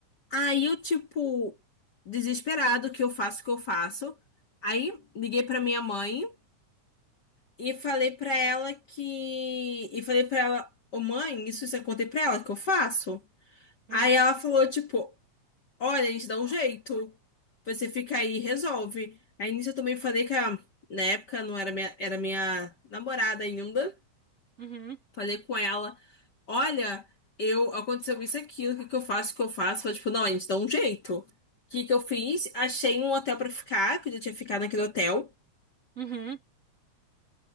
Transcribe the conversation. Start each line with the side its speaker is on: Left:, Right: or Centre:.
Left: Aí eu, tipo, desesperado, o que eu faço, o que eu faço. Aí liguei pra minha mãe e falei pra ela que. E falei pra ela, ô mãe, isso você contei pra ela que eu faço? Aí
Right: <laughs>
Left: ela falou, tipo, Olha, a gente dá um jeito. Você fica aí e resolve. Aí nisso eu também falei que a, na época não era minha, era minha namorada ainda.
Right: Uhum,
Left: Falei com ela, olha, eu aconteceu isso e aquilo, o que que eu faço, o que eu faço? Falei, tipo, não, a gente dá um jeito. O que que eu fiz? Achei um hotel pra ficar, que eu já tinha ficado naquele hotel.
Right: uhum.